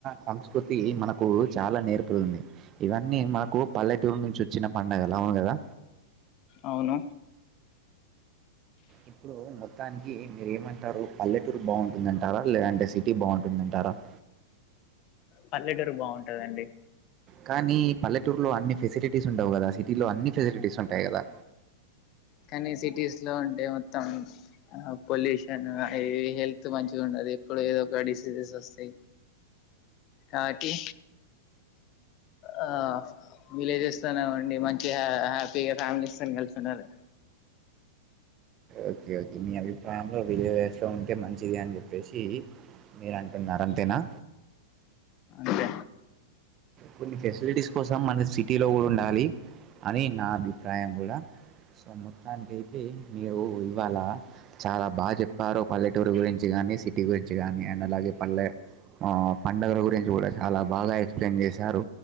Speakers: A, on the right; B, on the left.
A: సంస్కృతి మనకు చాలా నేర్పుతుంది ఇవన్నీ మనకు పల్లెటూరు నుంచి చిన్న పడుగలావును కదా
B: అవును
A: ఇప్పుడు మొత్తానికి మీరు ఏమంటారు పల్లెటూరు బాగుంటుందంటారా లేదంటే సిటీ బాగుంటుందంటారా <inaudible>
B: పల్లెటూరు బాగుంటందండి
A: కానీ పల్లెటూరులో అన్ని ఫెసిలిటీస్ ఉండవు కదా సిటీలో అన్ని ఫెసిలిటీస్ ఉంటాయి కదా
B: కానీ సిటీస్ లో ఉంటే మొత్తం ఆ పొల్యూషన్ అ హెల్త్ మంచిగా ఉండదు ఎప్పుడు ఏదో ఒక డిసీజెస్ వస్తాయి కాటి ఆ వీళ్ళజ్ స్ లోనేఉండి మంచి హ్యాపీగా ఫ్యామిలైస్ తోనే కలిసుంటారు
A: ఓకే ఓకే మీ అభిప్రాయం విల్లెజెస్ లో ఉంటే మంచిది అని చెప్పేసి మీరు అంటున్నారు అంతేనా
B: అదే
A: కొన్ని ఫెసిలిటీస్ కోసం మన సిటీలో కూడా ఉండాలి అని నా అభిప్రాయం కూడా సో మొత్తానికి అయితే మీరు ఇవాళ చాలా బాగా చెప్పారు పల్లెటూరు గురించి కానీ సిటీ గురించి కాగానీ అండ్ అలాగే పల్లె ఆ పండుగల గురించి కూడా చాలా బాగా ఎక్సప్లయిన్ చేసి రు